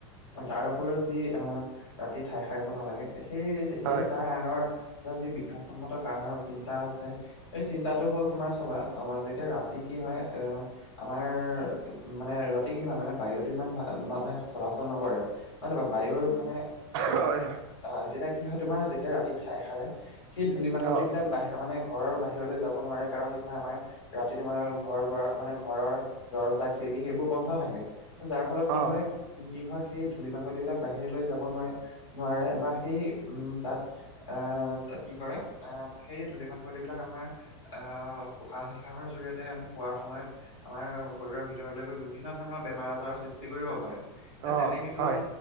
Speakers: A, on the left; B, on the right.
A: তাৰ উপৰিও যি অঁ ৰাতি ঠাই সাৰিব নালাগে, সেই
B: হয়
A: সেই তাৰ আঁৰৰ অ যি বিজ্ঞানসন্মত কাৰণৰ চিন্তা আছে এই চিন্তাটো হ'ল তোমাৰ চাবা অঁ যেতিয়া ৰাতি কি হয় আহ আমাৰ মানে ৰাতি কি হয়, মানে বায়ুটো ইমান ভাল মানে চলাচল চল নকৰে মানে বা বায়ুৰ মানে
B: হয়
A: অঁ তেতিয়া কি হয় তোমাৰ যেতিয়া ৰাতি ঠাই সাৰে সেই ধূলিমাকতি
B: অ
A: বিলাক বাহি তামানে ঘৰৰ বাহিৰলৈ যাব নোৱাৰে কাৰণ কি হয় আমাৰ ৰাতি তোমাৰ ঘৰ দুৱাৰ মানে ঘৰৰ দৰ্জা খিৰিকী সেইবোৰ বন্ধ থাকে। যাৰ ফলত কি
B: অ
A: হয়, কি হয় সেই ধূলি মাকতি বিলাক বাহিৰলৈ যাব নোৱাৰে নোৱাৰে বা সেই উম তাত আহ কি কৰে আহ সেই ধলি মাকটিবিলাক আমাৰ আহ উশাহ নিশাহৰ জৰিয়তে আমি শোৱাৰ সময়ত আমাৰ শৰীৰৰ ভিতৰলৈ গৈ বিভিন্ন ধৰণৰ বেমাৰ আজাৰৰ সৃষ্টি কৰিব পাৰে। এ
B: অ
A: তেনে কিছুমান
B: হয়